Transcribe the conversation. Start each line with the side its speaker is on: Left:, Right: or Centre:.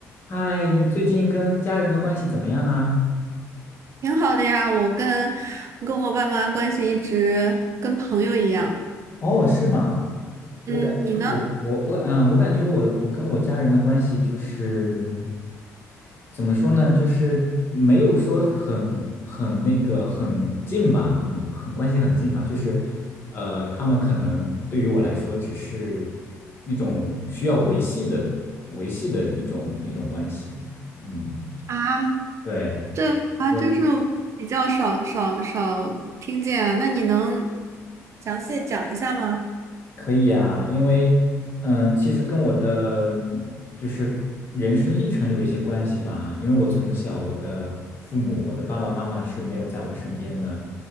Left: 嗨，你最近跟家人的关系怎么样啊？
Right: 挺好的呀，我跟跟我爸妈关系一直跟朋友一样。
Left: 哦，是吗？我感觉我我我嗯，
Right: 嗯，你呢？
Left: 我感觉我我跟我家人的关系就是嗯怎么说呢，就是没有说很很那个很近吧，很很关系很近吧，就是呃，他们可能对于我来说只是一种需要维系的维系的一种一种关系，嗯，
Right: 啊，
Left: 对。
Right: 这啊，
Left: 我。
Right: 真是比较少少少听见啊那你能详细讲一下吗？
Left: 可以啊，因为嗯，其实跟我的嗯就是人生历程有一些关系吧。因为我从小我的父母，我的爸爸妈妈是没有在我身边的，